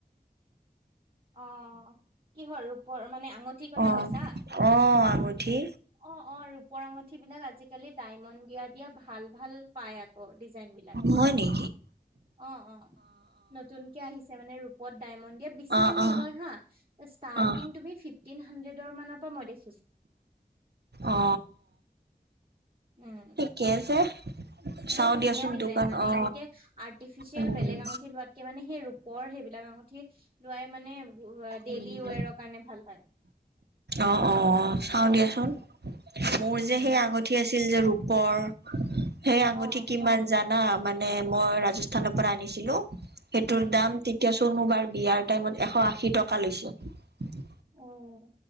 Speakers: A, on the right; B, on the right.
A: অ কিহল ৰূপৰ মানে আ আঙঠি কথা
B: অ
A: কৈছা?
B: অ আঙুঠি
A: অ অ ৰূপৰ আঙুঠি বিলাক আজি আজিকালি ডায়মণ্ড দিয়া দিয়া ভাল ভাল পাই আকৌ। ডিজাইন বিলাক।
B: হয় নি?
A: অ অ। নতুনকে আহিছে মানে ৰূপত ডায়মণ্ড দিয়া, বেছি
B: অ
A: দাম
B: অ
A: নলয় হা ষ্টাৰ্টিং
B: অ
A: তুমি ফি টিন হাণ্ডেডৰ মানৰ পৰা মই দেখ
B: অ
A: উম
B: ঠিকেই আছে। চাও
A: বৰ ধুনীয়া
B: দিয়াচোন
A: ডিজাইন
B: দোকান
A: মানে,
B: অ
A: এনেকে আৰ্টিফিচিয়েল
B: উম
A: বেলেগ আঙঠি লোৱাতকে মানে সেই ৰূপৰ সেইবিলাক আঙুঠি লোৱাই মানে ডেইলি
B: উম
A: ৱেৰৰ কাৰণে ভাল হয়।
B: অ অ চাও দিয়াচোন। মোৰ
A: উম
B: যে সেই আঙুঠি আছিল যে ৰূপৰ সেই আঙুঠি
A: অ
B: কিমান জান। না মানে মই ৰাজস্থানৰ পৰা আনিছিলো সেইটোৰ
A: উম
B: দাম তেতিয়া চনো বাৰ বিয়াৰ। টাইমত এশ আশী টকা লৈছে।
A: উম।